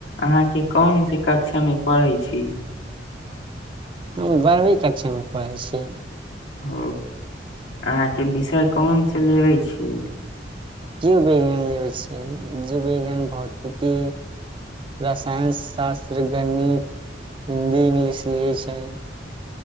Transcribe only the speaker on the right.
हम बारबी कक्षामे पढ़ै छियै
जीव विज्ञान लेवैेै छिये जीव विज्ञान भौतिकी रसायन शास्त्र गणित हिन्दी इंगलिश लियै छै